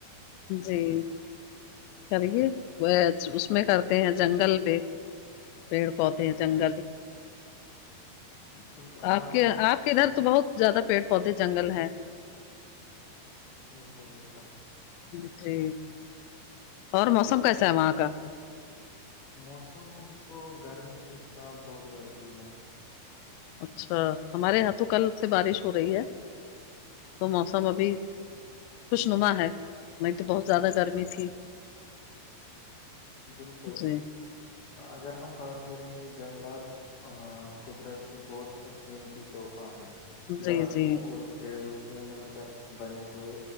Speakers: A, on the left; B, on the left.
A: جی کریے وہ اس میں کرتے ہیں جنگل پہ پیڑ پودے جنگل
B: بالکل
A: آپ
B: آج
A: کے
B: ہم
A: آپ ادھر تو بہت زیادہ پیڑ پودے جنگل ہیں
B: بالکل بالکل
A: ج جی اور موسم کیسا ہے وہاں کا
B: موسم تو گرمی اس سال بہت بڑھ گئی ہے
A: اچھا ہمارے یہاں تو کل سے بارش ہو رہی ہے تو موسم ابھی خوش نما ہے وہ تو بہت زیادہ گرمی تھی
B: بالکل
A: جی
B: اگر ہم بات کریں گے جنگلات قدرت کے بہت قیمتی تحفہ ہیں
A: جی
B: درختوں
A: جی
B: اور پیڑوں سے مل کر بنے ہوئے